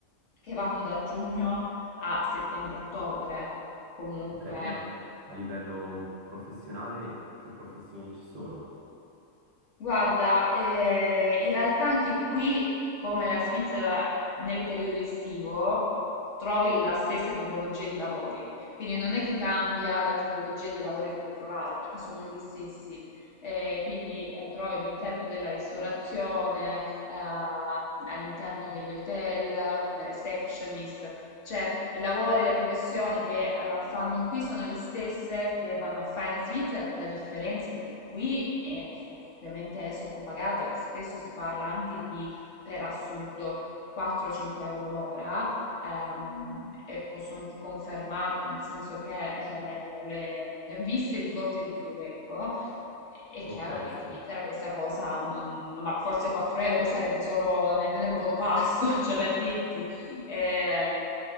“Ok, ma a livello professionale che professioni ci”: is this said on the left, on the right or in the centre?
Right